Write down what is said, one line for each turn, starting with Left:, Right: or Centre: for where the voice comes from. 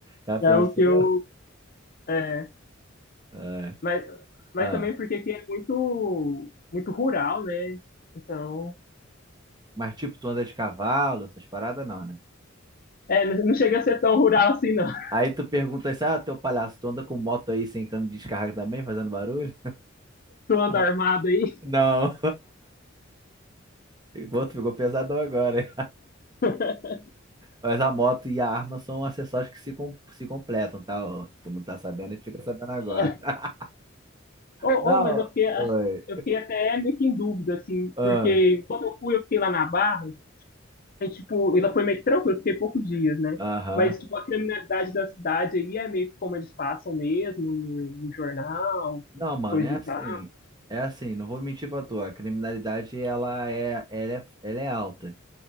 Right: Já pensou?
Left: É o que eu. É,
Right: É.
Left: mas, mas
Right: Ah.
Left: também porque aqui é muito, muito rural, né? Então.
Right: Mas tipo, tu anda de cavalo, essas paradas não, né?
Left: É, não não chega a ser tão rural assim, não. <laughs>
Right: Aí tu pergunta assim, ah, teu palhaço, tu anda com moto aí sem cano de descarga também, fazendo barulho?
Left: Tu anda
Right: <laughs>
Left: armado aí.
Right: Não. O outro ficou pesadão agora, hein?
Left: <laughs>
Right: Mas a moto e a arma são acessórios que se, com- se completam, tá? Ó, Tu não tá sabendo, a gente fica sabendo agora.
Left: É.
Right: <laughs>
Left: Ou,
Right: Não,
Left: ou, mas eu fiquei, ah,
Right: oi.
Left: eu fiquei até meio que em dúvida, assim,
Right: Ah,
Left: porque quando eu fui, eu fiquei lá na Barra, aí, tipo, ela foi meio que tranquila, eu fiquei poucos dias, né?
Right: Aham.
Left: Mas, tipo, a criminalidade da cidade aí é meio que como eles passam mesmo, no, no jornal,
Right: Não, mano,
Left: coisa
Right: é
Left: e
Right: assim.
Left: tal.
Right: É assim, não vou mentir pra tu. A criminalidade, ela é, ela é, ela é alta.